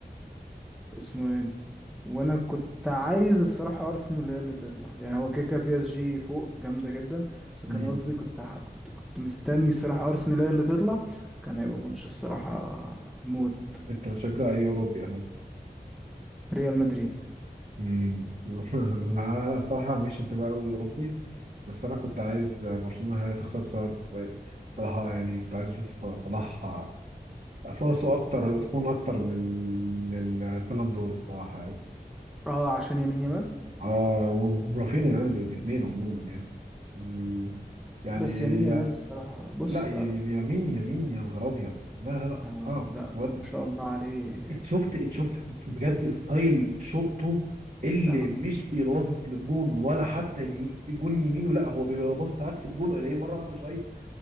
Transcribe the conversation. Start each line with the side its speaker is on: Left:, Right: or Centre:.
Centre: اسمه ايه وانا كنت عايز الصراحه ارسنال هي اللي تطلع يعني هو كيكا بي اس جي فوق جامده جدا بس كان
Right: مم.
Centre: قصدي كنت ع- كنت كنت مستني الصراحه ارسنال هي اللي تطلع كان هيبقى ماتش الصراحه موت
Right: انت بتشجع ايه اوروبي اساسا
Centre: ريال مدريد
Right: مم. <laughs> لا الصراحه مش انتباه قوي اوروبي بس انا كنت عايز برشلونه هي تخسر بسبب صراحه يعني كنت عايز اشوف صلاح فرصه اكتر تكون اكتر لل... للبالون دور الصراحه يعني
Centre: اه عشان يمين يامال
Right: اه ورافينيا يعني الاثنين عموما يعني ال- يعني
Centre: بس يمين يامال الصراحة بص
Right: لا ي-
Centre: آه
Right: ي- يمين يمين يا نهار ابيض لا لا لا
Centre: آه،
Right: صعب
Centre: لا
Right: واد
Centre: ما شاء الله عليه
Right: اتشفت اتشفت بجد ستايل شوطه اللي
Centre: آه
Right: مش بيبقى باصص للجون ولا حتى ال- الجون يمينه لا هو بيبقى باصص عكس الجون الاقيه مره واحده شايط